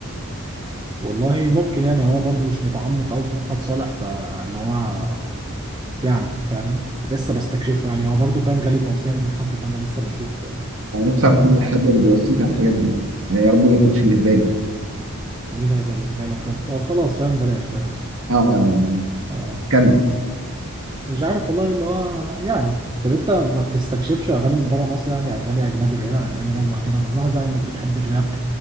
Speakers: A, on the right (about 20°); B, on the right (about 60°).
A: والله ممكن يعني وانا برضو مش متعمق قوي في مدحت صالح فاللي هو يعني فاهم لسه بستكشفه يعني هو برضو فاهم جالي توصية من حد فانا لسه بشوف
B: انا نفسي
A: الاغاني
B: اعرف مين
A: العربي
B: الحد اللي
A: وكده
B: بيوصيك على الحاجات دي يعني يا رب ما كنتش اللي في بالي
A: مين هيبقى اللي في بالك طب خلاص فاهم بلاش بلاش
B: اه يعني
A: <laughs>
B: كمل
A: مش عارف والله اللي هو يعني طب انت ما بتستكشفش اغاني من بره مصر يعني اغاني اجنبي بعيدا عن امينيم وكده انا ملاحظ يعني انك بتحب الراب